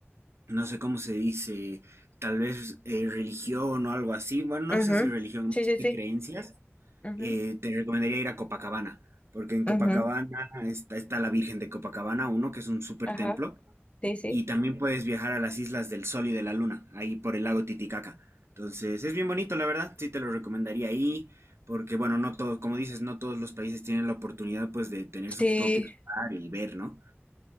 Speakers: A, on the right; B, on the left.
A: no sé cómo se dice, tal vez eh, religión o algo así. Bueno, no
B: ujú.
A: sé si religión,
B: Sí,
A: más
B: sí, sí.
A: de creencias,
B: ujú,
A: eh, te recomendaría ir a Copacabana. Porque en Copacabana
B: ujú,
A: está, está la Virgen de Copacabana, uno que es un súper
B: Ajá,
A: templo.
B: sí, sí.
A: Y también puedes viajar a las islas del Sol y de la Luna, ahí por el lago Titicaca. Entonces, es bien bonito, la verdad, sí te lo recomendaría ahí, porque bueno, no todo, como dices, no todos los países tienen la oportunidad pues de tener su
B: Sí,
A: propio mar y ver, ¿no?